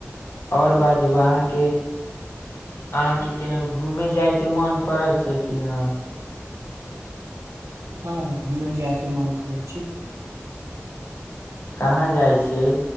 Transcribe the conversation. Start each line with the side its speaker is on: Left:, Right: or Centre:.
Left: आओर बाजू अहाँके अहाँके केनहु घूमे जाय के मन करै छै कि किना
Right: हँ घूमे जायके मन करै छै
Left: कहाँ जाइ छियै